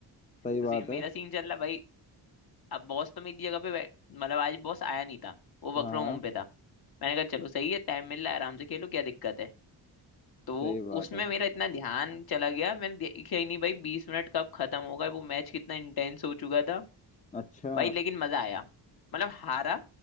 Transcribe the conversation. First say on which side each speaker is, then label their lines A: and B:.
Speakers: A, on the left; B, on the left.
A: सही
B: तो
A: बात
B: सेम मेरा
A: है
B: सीन चल रहा है भाई अब बॉस तो मेरी जगह पे बै- मतलब आज बॉस आया नहीं था वो वर्क
A: हाँ
B: फ्रॉम होम
A: हाँ
B: पे था मैंने कहा चलो सही है टाइम मिल रहा है आराम से खेलो क्या दिक्कत है तो वो
A: सही बात
B: उसमें
A: है
B: मेरा इतना ध्यान चला गया मैंने देखा ही नहीं भाई बीस मिनट कब खत्म होगा वो मैच कितना इंटेंस हो चुका था
A: अच्छा
B: भाई लेकिन मजा आया मतलब हारा